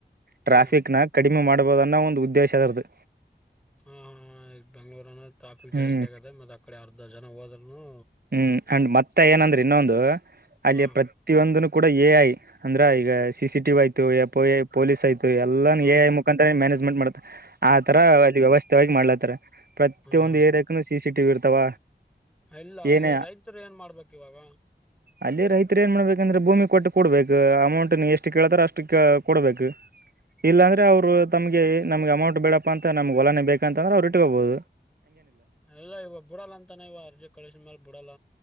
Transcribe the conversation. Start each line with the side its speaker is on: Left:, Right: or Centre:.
Right: ಟ್ರಾಫಿಕ್
Centre: ಹಾ
Right: ನ ಕಡಿ ಮಾಡಬೋದನ್ನ ಒಂದು ಉದ್ದೇಶ ಅದರದು
Centre: ಹಾ ಹಾ ಬೆಂಗ್ಲೋರ ಅನ ಟಾಫಿಕ್
Right: ಹ್ಮ್
Centre: ಜಾಸ್ತಿ ಆಗತ್ತೆ ಮತ್ತೆ ಅ ಕಡೆ ಅರ್ಧ ಜನ ಹೋದ್ನು
Right: ಹ್ಮ್ ಅಂಡ್ ಮತ್ತ ಏನಂದ್ರೆ ಇನ್ನೊಂದು ಅಲ್ಲಿ
Centre: ಹ್ಮ್
Right: ಪ್ರತಿಯೊಂದನು ಕೂಡ ಎ ಐ ಅಂದ್ರ ಈಗ ಸಿ ಸಿ ಟಿ ಆಯತು ಎ ಪ ಎ ಪೊಲೀಸ್ ಆಯತ ಎಲ್ಲ
Centre: ಹ್ಮ್
Right: ಎ ಐ ಮುಖಾಂತರ ಮ್ಯಾನೇಜ್ಮೆಂಟ್ ಮಾಡ ಆ ತರ ಅಲ್ಲಿ ವ್ಯವಸ್ಥೆವಾಗಿ ಮಾಡ್ಲತ್ತಾರ ಪ್ರತಿಯ
Centre: ಹ್ಮ್
Right: ಒಂದು ಏರಿಯಾಕನು ಸಿ ಸಿ ಟಿವಿ ಇರ್ತಾವ
Centre: ಎಲ್ಲ ಅಲ್ಲಿ
Right: ಏನೇ
Centre: ರೈತರು ಏನ್ ಮಾಡ್ಬೇಕಕ್ ಇವಾಗ
Right: ಅಲ್ಲಿ ರೈತರು ಏನ್ ಮಾಡ್ಬೇಕಂದ್ರೆ ಭೂಮಿ ಕೊಟ್ಟು ಕೊಡ್ಬೇಕ ಅಮೌಂಟ್ ನೀ ಎಷ್ಟು ಕೇಳ್ತಾರ ಅಷ್ಟು ಕೊಡ್ಬೇಕು ಇಲ್ಲಾಂದ್ರೆ ಅವ್ರು ತಮ್ಗೆ ನಮ್ಗೆ ಅಮೌಂಟ್ ಬೇಡಪ್ಪಾ ಅಂತ ನಮ್ಗೆ ಒಲನೆ ಬೇಕಂತ ಅಂದ್ರೆ ಅವ್ರು ಇಟ್ಕೋಗಬಹುದು
Centre: ಇಲ್ಲ ಇವ ಬ ಬಿಡಲ್ಲ ಅಂತಾನ ಇವ ಅರ್ಜಿ ಕಳಿಸ ಮೇಾಲ ಬ ಬಿಡಲ್ಲ